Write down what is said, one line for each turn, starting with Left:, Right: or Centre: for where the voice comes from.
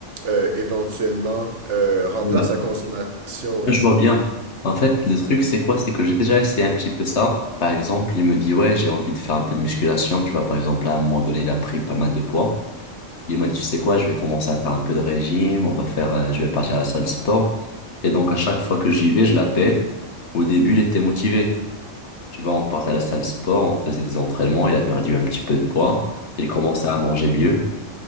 Right: euh, éventuellement euh, remplacer
Left: Ouais.
Right: la consommation.
Left: Là,
Right: Et,
Left: je vois bien. En fait, le truc, c'est quoi? C'est que j'ai déjà essayé un petit peu ça. Par exemple, il me dit, ouais, j'ai envie de faire un peu de musculation. Tu vois, par exemple, à un moment donné, il a pris pas mal de poids. Il m'a dit, tu sais quoi, je vais commencer à faire un peu de régime. On va faire, euh, je vais partir à la salle de sport. Et donc, à chaque fois que j'y vais, je l'appelle. Au début, il était motivé. Tu vois, on partait à la salle de sport, on faisait des entraînements. Il a perdu un petit peu de poids. Il commençait à manger mieux.